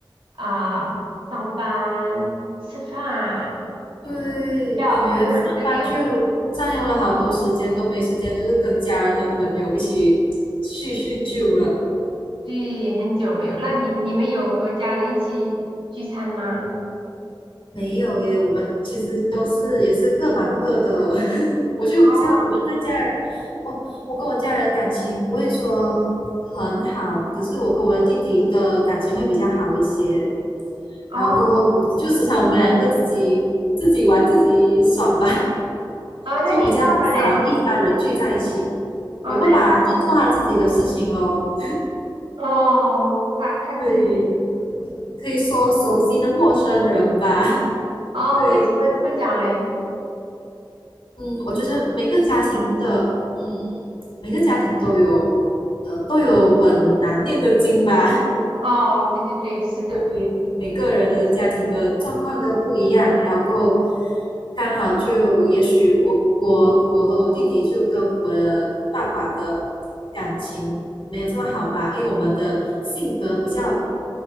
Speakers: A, on the right; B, on the left.
A: 啊，上班、吃饭、
B: 对，
A: 要这儿这个样，
B: 感觉上班就占用了好多时间，都没时间，就是跟家人和朋友一起叙叙旧了。
A: 对，很久没有。那你你们有和家人一起聚餐吗？
B: 没有耶，我们其实都是也是各忙各的。<laughs> 我就不像我们的家人，
A: 哦
B: 我我跟我家人感情不会说很好，可是我跟我的弟弟的感情会比较好一些。
A: 哦
B: 然后过后就时常我们两个自己自己玩自己爽吧。
A: 哦，
B: 就比较少一家人聚在一起。
A: 那你爸爸嘞？
B: 我爸爸就做他自己的事情咯，
A: 哦，那你哦，他他自己
B: 对，可以说熟悉的陌生人吧。<laughs>
A: 哦，
B: 对，
A: 为什么这么讲嘞？
B: 嗯，我觉得每个家庭的，嗯，每个家庭都有，呃，都有本难念的经吧。
A: 哦，对对对，是的。
B: 对，每个人的家庭的状况都不一样，然后刚好就也许我我我和我弟弟就跟我的爸爸的感情没有这么好吧，因为我们的性格比较